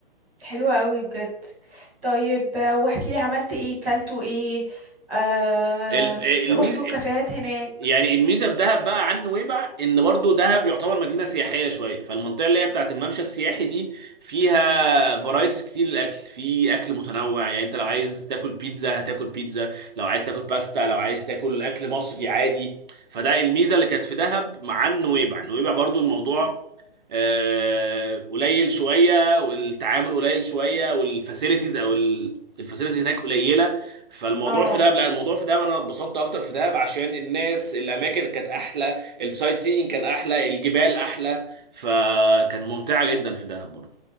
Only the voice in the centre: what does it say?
حلوة قوي بجد طيب آه، واحكي لي عملت ايه كلتوا ايه آه
رحتوا كافيهات هناك
اه